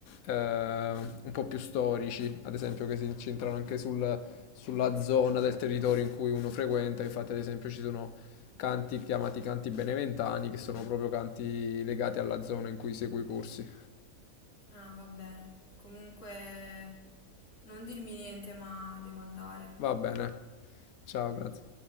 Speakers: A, on the left; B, on the left.
A: eh, un po' più storici, ad esempio, che si incentrano anche sul sulla zona del territorio in cui uno frequenta. Infatti, ad esempio, ci sono canti chiamati canti beneventani, che sono proprio canti legati alla zona in cui segui i corsi.
B: Ah, va bene. Comunque, non dirmi niente, ma devo andare.
A: Va bene. Ciao, grazie.